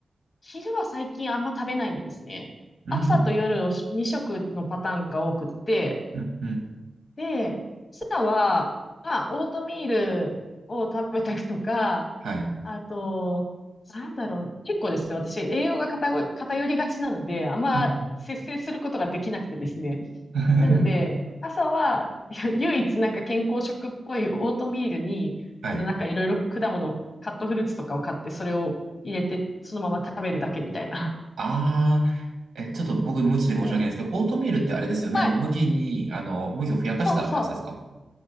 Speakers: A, on the left; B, on the right.
A: 昼は最近あんま食べないんですね。
B: うん。
A: 朝と夜を2食のパターンが多くって、
B: うん。うん。
A: で、ピザは、まあ、オートミールを食べたりとか、
B: はい。
A: あと、なんだろう、結構ですね、私、栄養が偏ご偏りがちなので、あんま節制することができなくてですね。
B: うん。<laughs>
A: なので、朝は、<laughs> ゆ唯一なんか健康食っぽいオートミールに、
B: はい。
A: あの、なんかいろいろ果物を、カットフルーツとかを買って、それを入れて、そのまま食べるだけみたいな。
B: ああ、え、ちょっと僕無知で申し訳ないですけど、
A: で、
B: オートミールってあれですよね。
A: はい、
B: あの、麦に、あの、麦をふやかしたやつですか
A: そうそう。